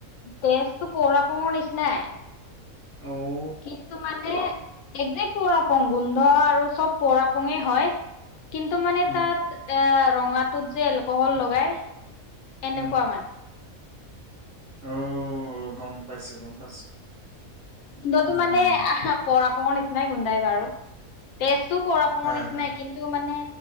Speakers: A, on the left; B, on the right.
A: টেষ্টটো পৰ আপুংৰ নিচিনাই।
B: অ'।
A: কিন্তু মানে একজেক্ট পৰ আপং গোন্ধ আৰু চব পৰ আপঙে হয়। কিন্তু মানে
B: অ
A: তাত এ ৰঙাটোত যে এলকহল লগাই এনেকুৱা
B: উম
A: মানে।
B: অ', গম পাইছো গম পাইছো।
A: গোন্ধটো
B: উম
A: মানে আহ পৰ আপঙৰ নিচিনাই গোন্ধাই বাৰু। টেষ্টটোও পৰ আপঙৰ
B: হয়
A: নিচিনাই
B: হয়
A: কিন্তু মানে